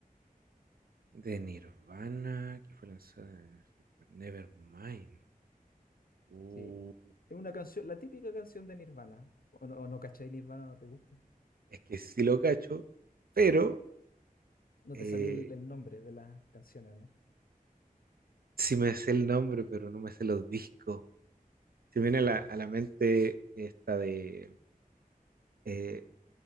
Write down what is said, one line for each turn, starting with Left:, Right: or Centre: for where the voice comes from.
Right: De Nirvana, que fue lanzada en Nevermind. Uh,
Left: Sí, es una canción, la típica canción de Nirvana. ¿O no, o no cachai Nirvana? ¿No te gusta?
Right: es que sí lo cacho, pero...
Left: No
Right: eh,
Left: te sabía el, el nombre de las canciones, ¿no?
Right: Sí me sé el nombre, pero no me sé los discos. Se me viene a la, a la mente esta de eh,